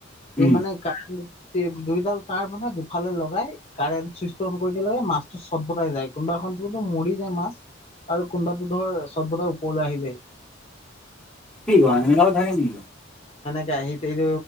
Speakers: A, on the left; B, in the centre.
A: সি
B: উম
A: মানে কাৰেণ্ট দুইডাল তাৰ মানে দুফালে লগাই কাৰেণ্ট চুইচ দিলে মাছটো চত পতাই যায় কোনোবা এখন টো মৰি যায় মাছ আৰু কোনবাটো ধৰ চত বটাই ওপৰলৈ আহি যায়
B: কি কোৱা এনেকুৱাও থাকে নি
A: সি এইটো